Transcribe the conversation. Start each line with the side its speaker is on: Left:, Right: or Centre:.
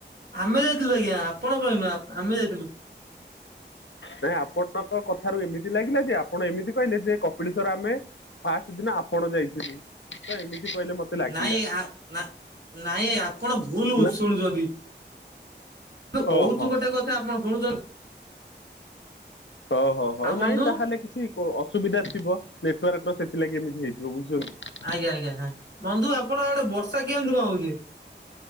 Right: ଆମେ ଯାଇଥିଲୁ ଆଜ୍ଞା। ଆପଣ କହିନୁ ଆମେ ଯାଇଥିଲୁ।
Left: ନାଇଁ ଆପଣଙ୍କ କଥାରୁ ଏମିତି ଲାଗିଲା ଯେ ଆପଣ ଏମିତି କହିଲେ ଯେ କପିଳେଶ୍ୱର ଆମେ ଫାଷ୍ଟ ଦିନ ଆପଣ ଯାଇଥିଲୁ। ତ ଏମିତି କହିଲେ ମତେ। ଲାଗିଲା
Right: ନାଇଁ ଆ ନା ନାଇଁ ଆପଣ ଭୁଲ ବୁଝୁ
Left: ନା
Right: ଶୁଣୁଛନ୍ତି। ଆମେ କହୁଛୁ
Left: ଓହୋ।
Right: ଗୋଟେ କଥା ଆପଣ ଶୁଣୁଛନ୍ତି
Left: ଓହୋ ହଉ
Right: ଆଉ ବନ୍ଧୁ
Left: ନାଇଁ ତାହେଲେ କିଛି ଅସୁବିଧା ଥିବ ନେଟୱାର୍କ ର ସେଥିଲାଗି ଏମିତି ହେଇଥିବ ବୁଝିଲକି
Right: ଆଜ୍ଞା ଆଜ୍ଞା ବନ୍ଧୁ ଆପଣ ଆଡେ ବର୍ଷା କେମିତି କଣ ହଉଛି?